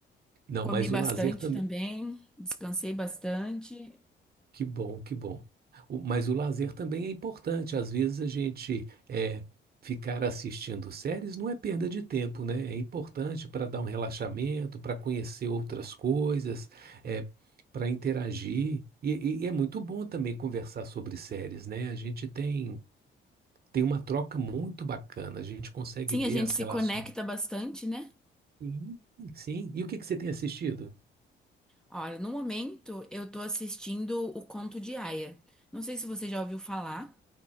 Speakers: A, on the right (about 50°); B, in the centre.
A: Não,
B: Comi
A: mas
B: bastante
A: o lazer também.
B: também, descansei bastante.
A: Que bom, que bom. O- mas o lazer também é importante. Às vezes a gente é, ficar assistindo séries não é perda de tempo, né? É importante para dar um relaxamento, para conhecer outras coisas, é, para interagir. E, e é muito bom também conversar sobre séries, né? A gente tem, tem uma troca muito bacana. A gente consegue
B: Sim,
A: ver
B: a gente
A: as
B: se
A: relações.
B: conecta bastante, né?
A: Sim, sim. E o que que você tem assistido?
B: Olha, no momento eu tô assistindo O Conto de Aia. Não sei se você já ouviu falar,